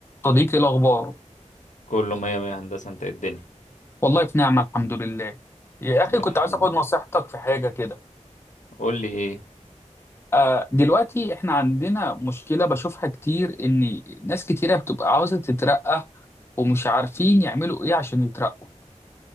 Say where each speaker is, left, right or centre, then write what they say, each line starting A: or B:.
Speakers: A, on the left (about 20°); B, on the left (about 85°).
A: صديقي إيه الأخبار
B: كله مية مية هندسة انت ايه الدنيا
A: والله في نعمة الحمد لله يا أخي كنت
B: الحمد
A: عايز أخد
B: لله
A: نصيحتك في حاجة كده
B: قول لي ايه
A: آه دلوقتي إحنا عندنا مشكلة بشوفها كتير إن ناس كتيرة بتبقى عاوزة تترقى ومش عارفين يعملوا إيه عشان يترقوا